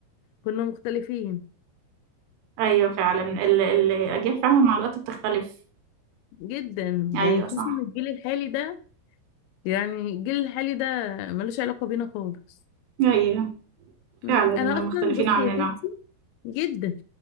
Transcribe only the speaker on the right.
ايوه فعلا ال- الأجيال فعلا مع الوقت بتختلف
ايوه
صح
ايوه
فعلا مختلفين
عننا